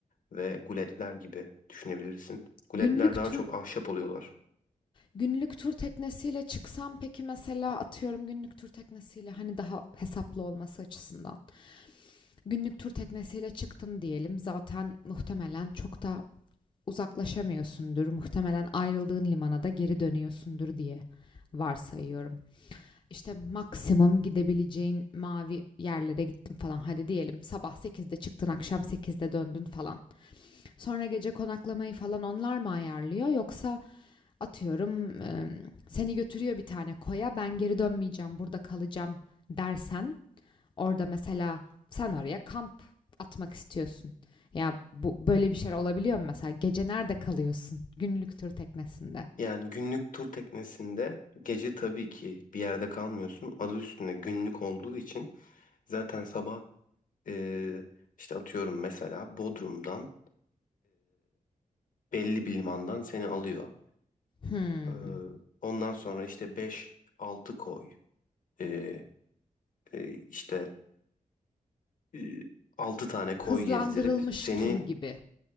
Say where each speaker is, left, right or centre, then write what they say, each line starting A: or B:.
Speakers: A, on the left; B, on the left.
A: ve guletler gibi düşünebilirsin. Guletler
B: Günlük
A: daha
B: tur,
A: çok ahşap oluyorlar.
B: günlük tur teknesiyle çıksam peki mesela atıyorum günlük tur teknesiyle hani daha hesaplı olması açısından. Günlük tur teknesiyle çıktım diyelim. Zaten muhtemelen çok da uzaklaşamıyorsundur. Muhtemelen ayrıldığın limana da geri dönüyorsundur diye varsayıyorum. İşte maksimum gidebileceğin mavi yerlere gittim falan. Hadi diyelim sabah sekizde çıktın, akşam sekizde döndün falan. Sonra gece konaklamayı falan onlar mı ayarlıyor yoksa atıyorum e, seni götürüyor bir tane koya ben geri dönmeyeceğim, burada kalacağım dersen Orada mesela sen oraya kamp atmak istiyorsun. Ya bu böyle bir şey olabiliyor mu mesela? Gece nerede kalıyorsun? Günlük tur teknesinde.
A: Yani günlük tur teknesinde gece tabii ki bir yerde kalmıyorsun. Adı üstünde günlük olduğu için zaten sabah e, işte atıyorum mesela Bodrum'dan belli bir limandan seni alıyor.
B: Hmm.
A: Ee, ondan sonra işte beş-altı koy ee, e, işte e, 6 tane koy
B: Hızlandırılmış
A: gezdirip seni
B: tur gibi.